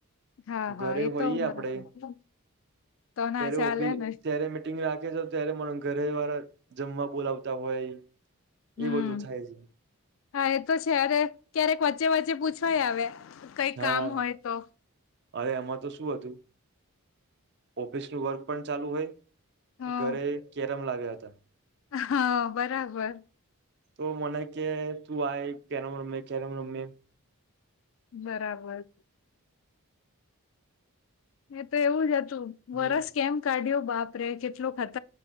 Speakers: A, on the left; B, on the right.
A: હા હા
B: ઘરે
A: એ
B: હોઈએ
A: તો બરાબર
B: આપડે
A: તો ના
B: ત્યારે
A: ચાલે
B: ઓફિસ
A: ને
B: ત્યારે મીટિંગ રાખે જ ત્યારે મ ઘરે વાળા જમવા બોલાવતા હોય.
A: હમ
B: એ બધું થાય છે
A: હા એ તો છે અરે ક્યારેક વચ્ચે વચ્ચે પૂછવાય આવે કઈ
B: હા
A: કામ હોય તો.
B: અરે એમાં તો શું હતું ઓફિસ નું વર્ક પણ ચાલુ હોય
A: હા
B: ઘરે કેરમ લાવ્યા હતા.
A: હા બરાબર.
B: તો મને કે તું આય કેરમ રમીએ કેરમ રમીએ.
A: બરાબર. મે તો એવું જ હતું
B: હમ્મ.
A: વરસ કેમ કાઢ્યો બાપરે કેટલો ખત